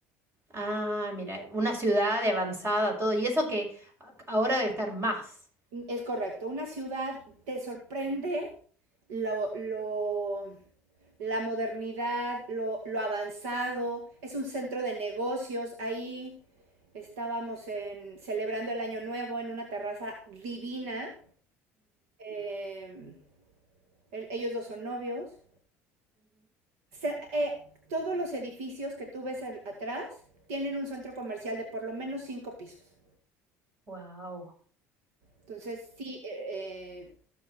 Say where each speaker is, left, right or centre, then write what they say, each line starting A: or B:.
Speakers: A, on the right; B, on the right.
A: Ah, mira, una ciudad de avanzada, todo. Y eso que a- ahora debe estar más.
B: Mm, Es correcto, una ciudad te sorprende lo, lo la modernidad, lo, lo, avanzado, es un centro de negocios. Ahí estábamos en, celebrando el Año Nuevo en una terraza divina. Eh, el, ellos dos son novios. Se, eh, todos los edificios que tú ves el, atrás tienen un centro comercial de por lo menos cinco pisos.
A: Wow.
B: Entonces, sí, eh, eh,